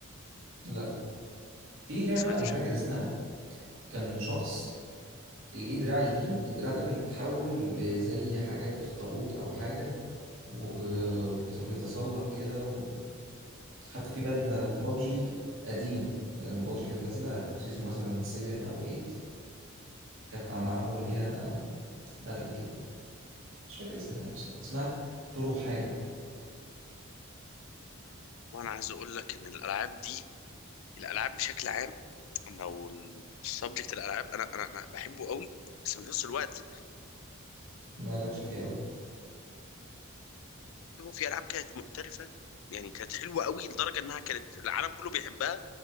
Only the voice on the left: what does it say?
سمعت
شيء
وانا عايز اقول لك ان الالعاب دي الالعاب بشكل عام لو السبجكت الالعاب انا انا انا بحبه قوي بس في نفس الوقت
في العاب كانت محترفه يعني كانت حلوه قوي لدرجه انها كانت العالم كله بيحبها